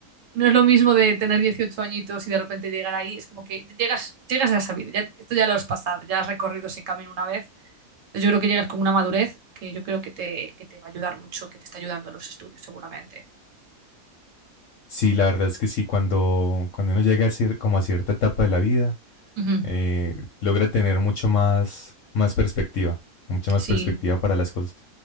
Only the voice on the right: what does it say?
No es lo mismo de tener 18 añitos y de repente llegar ahí, es como que llegas, llegas ya sabido, ya, esto ya lo has pasado, ya has recorrido ese camino una vez. Entonces yo creo que llegas con una madurez que yo creo que te, que te va a ayudar mucho, que te está ayudando en los estudios seguramente.
Ujú,
Sí.